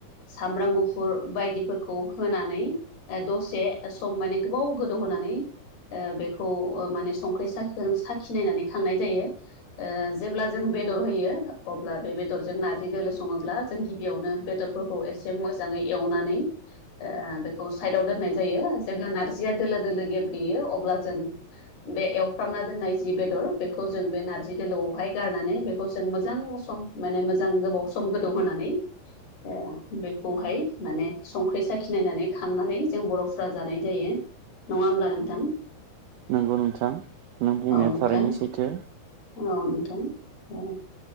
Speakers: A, on the left; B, on the right.
A: सामब्राम गुफुर बायदिफोरखौ होनानै ओ दसे सम माने गोबाव गोदौ होनानै ओ बेखौ माने संख्रै साखिगोन साखि नायनानै खांनाय जायो। ओ जेब्ला जों बेदर होयो अब्ला बे बेदरजों नारजि दोलो सङोब्ला जों गिबियावनो बेदरफोरखौ खौ एसे मोजाङै एवनानै ओ बेखौ साइडआव दोननाय जायो जेब्ला नारजिया दोलो दोलो गेब्लेयो अब्ला जों बे एवफ्रांना दोननाय जि बेदर बेखौ जों बे नारजि दोलोआवहाय गारनानै बेखौ जों मोजां सम माने मोजां गोबाव सम गोदौ होनानै ओ बेखौहाय माने संख्रि साखिनायनानै खांनानै जों बर'फ्रा जानाय जायो। नङा ओमब्ला नोंथां।
B: नंगौ नोंथां नों बुंनाया
A: औ नोंथां
B: थारैनो सैथो
A: औ नोंथां औ